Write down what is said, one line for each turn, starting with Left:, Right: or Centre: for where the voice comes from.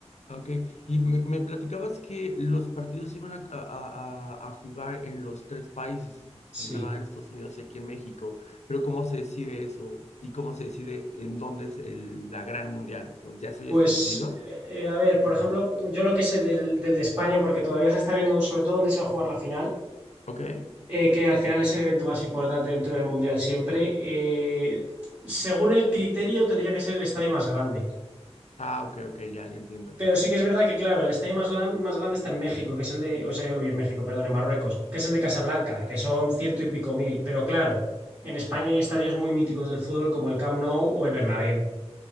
Left: ok. Y me, me platicabas que los partidos se iban a, a- a- a jugar en los tres países,
Right: Sí.
Left: en Canadá, en Estados Unidos y aquí en México, pero ¿cómo se decide eso? ¿Y cómo se decide en dónde es el- la gran mundial? Pues ya eso ya
Right: Pues,
Left: está decidido.
Right: eh, a ver, por ejemplo, yo lo que sé del, del de España, porque todavía se está viendo sobre todo dónde se va a jugar la final.
Left: Ok.
Right: eh, que al final es el evento más importante dentro del Mundial siempre. eh, según el criterio, tendría que ser el estadio más grande.
Left: Ah, ok, ok, ya, ya entiendo.
Right: Pero sí que es verdad que, claro, el estadio más, lan- más grande está en México, que es el de, o sea, uy, en México, perdón, en Marruecos, que es el de Casablanca, que son ciento y pico mil. Pero claro, en España hay estadios muy míticos del fútbol como el Camp Nou o el Bernabéu.